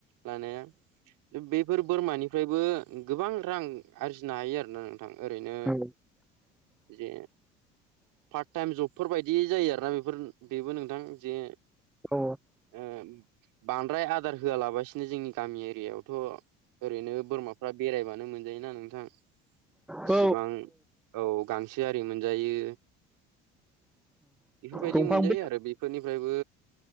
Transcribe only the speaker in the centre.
औ
औ
औ
दंफां
बिलाइ